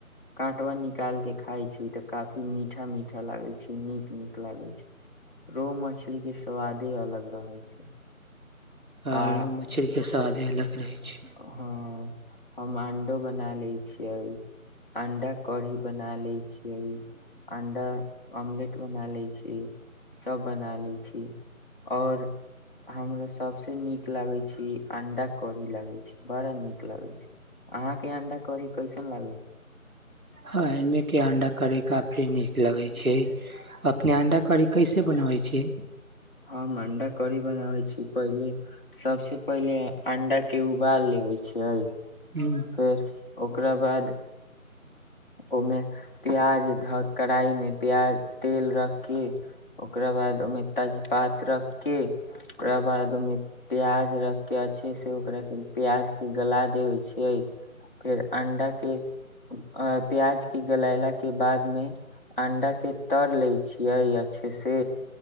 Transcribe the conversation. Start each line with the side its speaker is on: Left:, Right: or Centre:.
Left: काँटवा निकाल के खाय छी तऽ काफी मीठा- मीठा लागै छै नीक - नीक लागै छै। रोह मछली के स्वादे अलग रहे छै।
Right: हँ
Left: आ
Right: रोह मछरीके स्वाद ही अलग रहैत छै।
Left: हँ हम अंडो बना लैत छियै, अंडा कड़ी बना लय छियै, अंडा ऑमलेट बना लै छीयै। सभ बना लैत छी, आओर हमरा सभसँ नीक लगैत छी, अंडा कड़ी लागे छै, बड़ नीक लागे छै, अहां के अंडा कड़ी कैसन लागे छै,
Right: हँ एने के अंडा करय काफी नीक लगै छै, अपने अंडा करी कैसे बनबै छियै।
Left: हम अंडा कड़ी बनाबे छी, पहिले सबसे पहिले अंडा के उबाल लय छियै।
Right: हँ
Left: फेर ओकरा बाद ओहिमे प्याज ध क कढ़ाई में प्याज तेल रख के ओकरा बाद ओहिमे तेजपात रख के ओकरा बाद ओमे प्याज रख के अच्छे से ओकरा के प्याज के गला देवइ छी। फेर अंडा के अ प्याज के गलायला के बाद मे अंडा के तर लय छियै अच्छे से